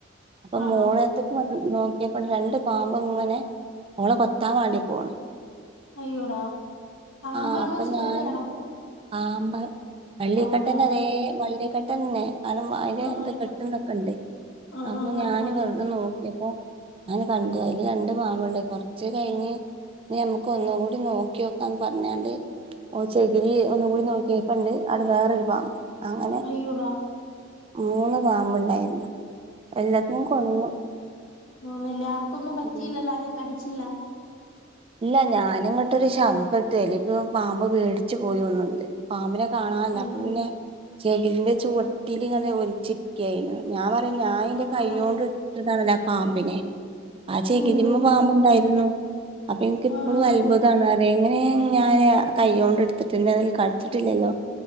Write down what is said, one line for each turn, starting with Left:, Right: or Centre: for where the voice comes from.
Right: അപ്പൊ
Left: ആഹ്
Right: മോളെട്ത്ത്
Left: ആഹ് ആഹ്
Right: വന്ന് നോ പ്പണ്ട് രണ്ട് പാമ്പങ്ങനെ ഓളെ കൊത്താൻ വാണ്ടി പോണ്
Left: അയ്യോടാ പാമ്പാണോ
Right: ആ അപ്പൊ
Left: ചേരയാണോ
Right: ഞാൻ പാമ്പ് വെള്ളിക്കെട്ടന്റെ
Left: ആമ്പാ
Right: അതേ വള്ളി തന്നെ അയ്‌ന്റെ
Left: ആഹ് ആഹ്
Right: കെട്ടുന്നൊക്കെ ണ്ട്
Left: ആഹ്
Right: അപ്പൊ
Left: ആഹ് ആഹ്
Right: ഞാൻ
Left: ആഹ്
Right: വെറുതെ നോക്ക അപ്പോ ഞൻ കണ്ട് അയ്ൽ രണ്ട് പാമ്പോൾണ്ട് കൊറച്ച് കയിഞ്ഞ് ഞമ്മക് ഒന്നും കൂടി നോക്കിയോ പറഞ്ഞാണ്ട് ഓ ചെകിരി ഒന്നുംകൂടി നോക്കിയപ്പോണ്ട് അവിടെ വേറൊരു പാമ്പ് അങ്ങനെ
Left: അയ്യോടാ
Right: മൂന്ന് പാമ്പ്ണ്ടായിരുന്ന് എല്ലത്തിനും കൊന്നു
Left: മെല്ലാം ക്കൊന്നും പറ്റില്ലല
Right: ഉം
Left: ആരും കടിച്ചില്ല
Right: ഇല്ല ഞാനിങ്ങോട്ടൊരു ശബ്ദട്ടല്ല ഇപ്പ പാമ്പ് പേടിച്ചു പോയി ഒന്നുണ്ട് പാമ്പിനെ കാണാനല്ല
Left: അയ്യോ
Right: അപ്പൊ പിന്നെ ചെകിരിന്റെ ചുവട്ടില് ഇങ്ങനെ ഒലിച്ചിരിക്കായിരുന്നു ഞാൻ പറ ഞാൻ എന്റെ
Left: ആഹ്
Right: കൈയോണ്ട്
Left: ആഹ്
Right: ഇട്ത്തതാണ് ആ പാമ്പിനെ ആ ചേകിതിമ്മ
Left: അയ്യോ
Right: പാമ്പുണ്ടായിരുന്നു. അപ്പൊ എനിക്ക് ഇപ്പളും
Left: ആഹ്
Right: അത്ഭുത ആന്നറി എങ്ങനെയ ഞാന് കൈ്യോണ്ട് എടുത്തിട്ട്ന്ന അതിൽ കടിച്ചിട്ടില്ലല്ലോ.